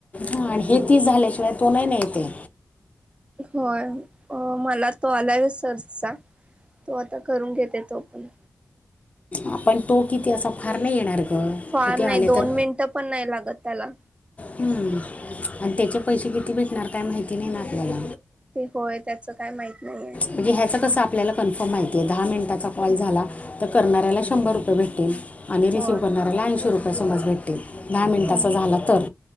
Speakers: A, on the left; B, on the right.
A: हा आणि हे तीस झाल्याशिवाय तो नाही नाही ना येते
B: होय मला तो आलाय सर्चचा तो आता करून घेते तो पण
A: आपण तो किती असा फार नाही येणार गं
B: फार
A: किती आले
B: नाही दोन
A: तर
B: मिनिटं पण नाही लागत त्याला
A: हम् आणि त्याचे पैसे किती भेटणार काय माहिती नाही ना आपल्याला
B: होय त्याचं काय माहित नाहीये
A: म्हणजे ह्याचा कसा आपल्याला कन्फर्म माहितीये दहा मिनंटाचा कॉल झाला तर करणाऱ्याला शंभर रुपये भेटेल आणि रिसीव्ह
B: होय
A: करणारऱ्याला ऐंशी रुपये समज भेटतील दहा मिनिटाचा
B: हम्म
A: झाला तर